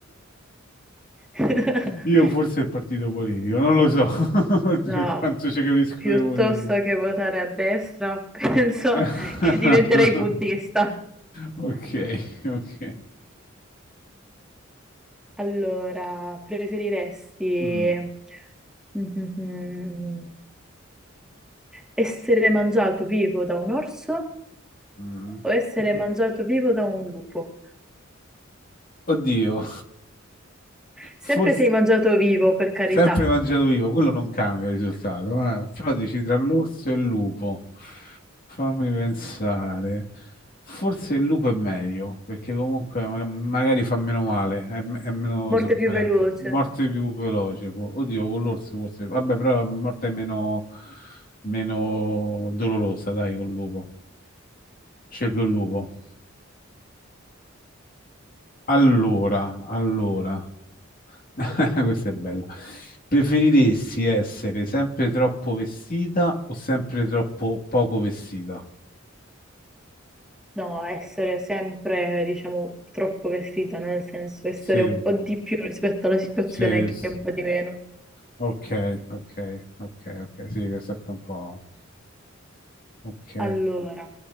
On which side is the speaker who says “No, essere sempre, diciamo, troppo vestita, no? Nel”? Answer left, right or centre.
Centre